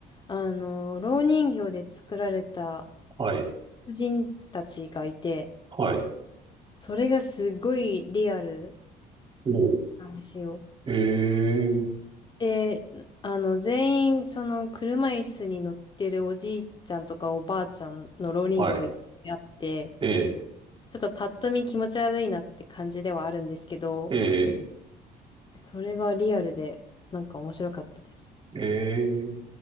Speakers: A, on the left (about 25°); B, on the right (about 30°).
A: あの、蝋人形で作られた
B: はい、
A: 婦人たちがいて、
B: はい。
A: それがすごいリアル
B: おう。
A: なんですよ。
B: ええ
A: で、あの、全員その車椅子に乗ってるおじいちゃんとかおばあちゃんの蝋人形がいっぱいあって、
B: はい。ええ
A: ちょっとパッと見気持ち悪いなって感じではあるんですけど、
B: ええ
A: それがリアルで、なんか面白かったです。
B: ええ